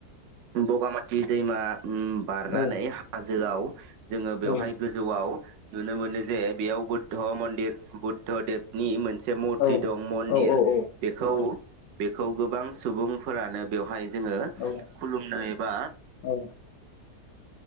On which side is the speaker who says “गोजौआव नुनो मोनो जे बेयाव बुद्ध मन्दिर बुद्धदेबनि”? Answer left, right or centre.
Right